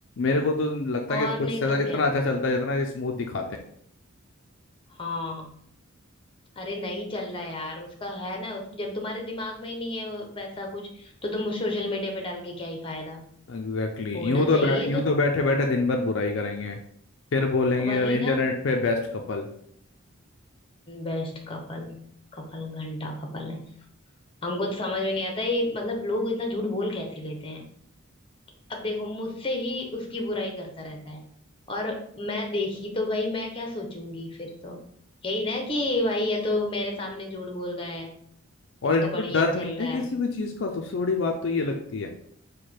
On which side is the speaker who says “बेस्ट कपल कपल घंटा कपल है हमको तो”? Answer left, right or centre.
Left